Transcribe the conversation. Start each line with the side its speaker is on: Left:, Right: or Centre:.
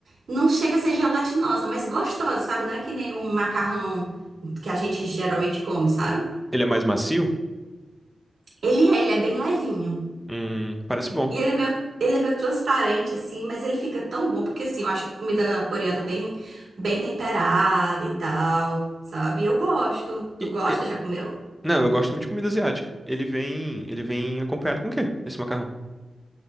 Right: Não chega a ser gelatinosa, mas gostosa, sabe? Não é que nem um macarrão que a gente geralmente come, sabe?
Centre: Ele é mais macio?
Right: Ele é, ele é bem levinho.
Centre: Hum, parece bom.
Right: E ele é meio, ele é meio transparente, assim, mas ele fica tão bom, porque assim, eu acho a comida coreana bem, bem temperada e tal, sabe? Eu gosto. Tu
Centre: E-
Right: gosta?
Centre: e-
Right: Já comeu?
Centre: Não, eu gosto muito de comida asiática. Ele vem, ele vem acompanhado com o quê? Esse macarrão?